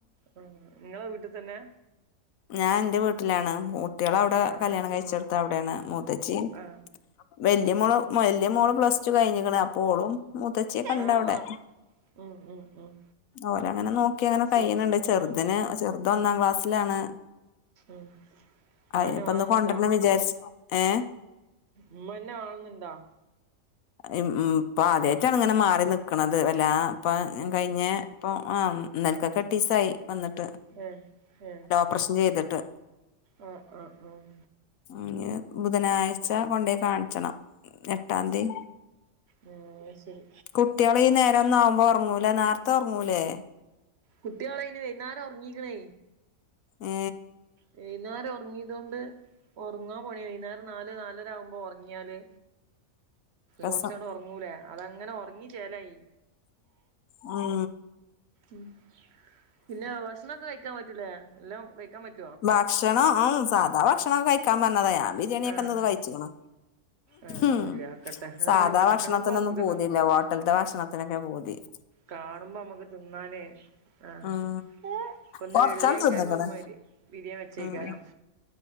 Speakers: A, on the right (about 55°); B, on the left (about 75°).
A: ആ നിങ്ങളെ വീട്ടിൽ തന്നെ
B: ഞാൻ എന്റെ വീട്ടിലാണ് കുട്ടികള അവിടെ
A: ആ
B: കല്യാണം
A: ശരി
B: കഴിച്ചെടുത്ത അവിടെയാണ്. മുത്തച്ചി
A: ആ
B: വല്യയ മോള് വല്യയ മോള് പ്ലസ് ടു കഴിഞ്ഞിക്ക്ണ അപ്പോ ഓളും മുത്തച്ചിയക്കെ ഉണ്ട
A: ആ
B: അവിടെ.
A: ആ ഉം ഉം ഉം
B: ഓല അങ്ങനെ നോക്കി അങ്ങനെ
A: ശരി
B: കഴിണ് ണ്ട് ചെറുതിന്
A: ഉം
B: ചെറു ന് ഒന്നാം ക്ലാസ്സിലാണ്
A: ഉം ഉമ്മന്നെ
B: അയിനിപ്പ
A: വേണന്നുണ്ടാ
B: ഒന്ന് കൊണ്ടുരണം വിചാരിച്ച ഏ
A: ഉമ്മന്നെ വേണന്നുണ്ടാ
B: ഇപ്പൊ ആദ്യായിട്ടാണ് ഇങ്ങനെ മാറി നിക്ക്ണത് വല്ലാ അപ്പ
A: ഏ
B: കഴിഞ്ഞ ഇപ്പം ആ ഇന്നൽക്കൊക്കെ എട്ടിസായി വന്നിട്ട്.
A: ഏ എ
B: പ്രശം ചെയ്തിട്ട്
A: അ ആ അം
B: ഇനി ബുധനാഴ്ച കൊണ്ടപോയി കാണിച്ചണം എട്ടാന്തി.
A: ഏ ആഹ് ശരി
B: കുട്ടിള് ഈ നേര ഒന്നു ആവുമ്പോ ഒറങ്ങൂല നേരത്തെ ഒറങ്ങൂലേ?
A: കുട്ടീള് അയിന് വൈന്നേരം ഒറങ്ങീക്ക്ണേ
B: ഏ
A: വൈന്നേരം ഒറങ്ങിത കൊണ്ട് ഒറങ്ങാൻ പണിയി വൈന്നേരം നാല് നാലര ആകുമ്പോൾ ഒറ ങ്ങിയാല്
B: രസം
A: കൊറച്ചാണ്ട് ഒറങ്ങൂലേ അതങ്ങനെ ഒറങ്ങി ചേലായി.
B: മ്
A: ഉം പിന്നെ ഭക്ഷണം കഴിക്കാൻ പറ്റൂലേ എല്ലാം കഴിക്കാൻ പറ്റും
B: ഭക്ഷണം ആഹ് സാധാ ഭക്ഷണം കഴിക്കാൻ പറഞ്ഞതാ ഞാൻ ബിരിയാണിയക്കെന്നത്
A: ആഹ്
B: കഴിചേക്കുന്നു
A: ആഹ്
B: ഉം
A: ഒന്നുല്ല ആക്കട്ടെ
B: സാധാ
A: കാണുമ്പോ
B: ഭക്ഷണത്തിനൊന്നും
A: നമ്മക്ക്
B: പോതില്ല
A: തിന്ന്
B: ഹോട്ടലിന്റെ ഭക്ഷണത്തിനൊക്കെ പൂതി-
A: കാണുമ്പോ നമ്മുക്ക് തിന്നാനേ ആഹ്
B: ഉം
A: ഇപ്പ ഒന്ന്
B: കൊറച്ചാണ്
A: വെള്ളിയാഴ്ച
B: തിന്ന്ക്കണ്
A: ആഹ് വര് ബിരിയാണി വെച്ചേക്കാരം
B: ഉം